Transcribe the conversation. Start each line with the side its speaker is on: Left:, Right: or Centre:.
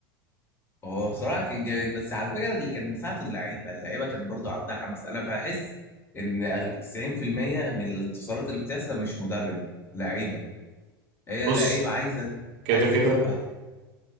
Left: هو بصراحه كان جامد بس على فكره اللي كان مساعده اللعيبه اللعيبه كان برضو عندها حماس انا بحس ان أغل- 90% من الانتصارات اللي بتحصل مش مدرب لعيبه هي اللعيبه
Right: بص
Left: عايزه
Right: كده
Left: عايز
Right: كده
Left: تكسب فهتكسب